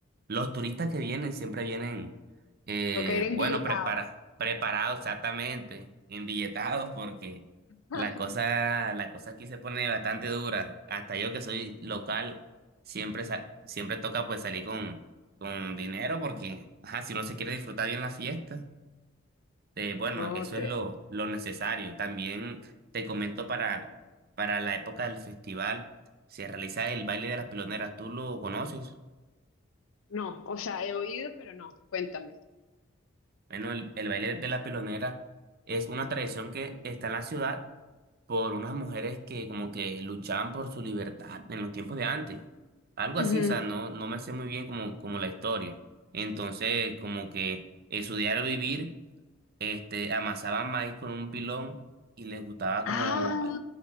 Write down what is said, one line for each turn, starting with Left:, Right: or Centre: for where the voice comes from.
Right: los turistas que vienen siempre vienen, eh,
Left: Toca ir embilletado.
Right: bueno, prepara, preparados exactamente, embilletados, porque
Left: <laughs>
Right: la cosa, la cosa aquí se pone bastante dura. Hasta yo que soy local siempre, sa- siempre toca pues salir con, con dinero porque, ajá, si uno se quiere disfrutar bien la fiesta, eh, bueno,
Left: No,
Right: eso
Left: te...
Right: es lo, lo necesario. También te comento para, para la época del festival, se realiza el baile de las piloneras, ¿tú lo conoces?
Left: No, o sea, he oído, pero no. Cuéntame.
Right: Bueno, el, el baile de la pilonera es una tradición que está en la ciudad por unas mujeres que como que luchaban por su libertad en los tiempos de antes. Algo así,
Left: Ujú.
Right: o sea, no, no me sé muy bien como, como la historia. Entonces, como que en su diario vivir, este, amasaban maíz con un pilón y les gustaba
Left: Ah,
Right: como,